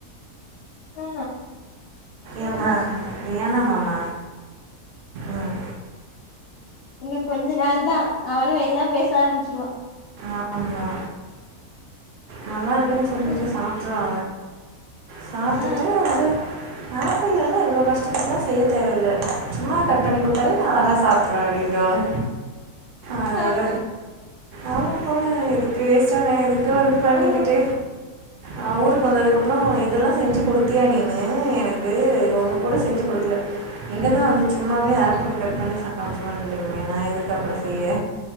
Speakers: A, on the left; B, on the right.
A: ஆ
B: <unintelligible> ஏ நமம ம்
A: இன்னு கொஞ்ச நாள் தா அவனு எல்லா பேச ஆரம்பிச்சிருவா
B: ஆமா நல்லா இருக்குன்னு சொல்லிட்டு
A: ஆ
B: சாப்ட்றா சாப்டுட்டு
A: ஆ
B: வந்து ஆப்பிள் எல்லா இவ்ளோ கஷ்டப்பட்டுலா செய்ய தேவயில்ல சும்மா கட் பண்ணி குடுத்தாலே நா அழகா சாப்ட்றுவே அப்டின்டுவாங்க அதோட
A: ஆ
B: ஆமாம் போங்க எதுக்கு வேஸ்டா நா எதுக்கு வந்து பண்ணிக்கிட்டு
A: ஆ ஆ
B: அ ஊருக்கு வந்ததுக்கப்பறோ இதெல்லா செஞ்சு குடுத்தியா நீனு எனக்கு ஒண்ணு கூட செஞ்சு குடுக்கல எங்க நீங்க தா வந்து சும்மாவே ஆப்பிள் கட் பண்ணி <unintelligible> நா எதுக்கு அப்பறோ செய்ய